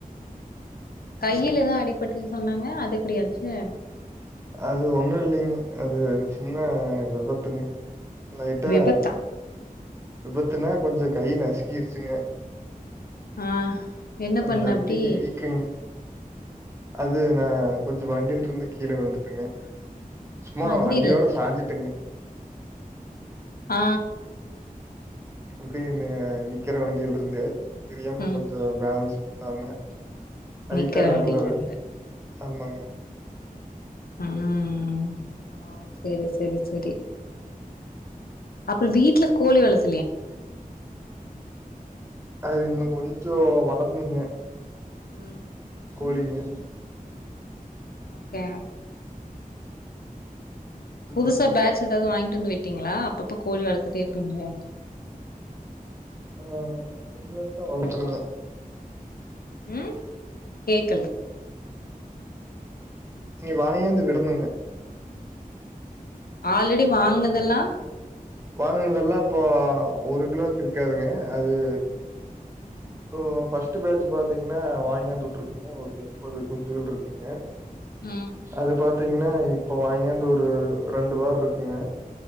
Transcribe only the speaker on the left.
கையிலதா அடிப்பட்டு சொன்னாங்க அது எப்டியாச்சு
விபத்தா
ஆ என்ன
பண்ண
அப்டி
வண்டில
இருந்த
ஆ
ம்
நிக்கிற
வண்டில இருந்து
ம் ஓ சேரி சேரி சேரி அப்பறொ வீட்ல கோழி வளத்
ம்
ஓகே
புதுசா பேட்ச் ஏதாவ்து வாய்ங் ட்டு வந்து விட்டீங்ளா அப்பப்ப கோழி வளத்துட்டே இருப்பீங்ளே
ம் கேக்கல
ஆல்ரடி வாங்னதெல்லா
ம்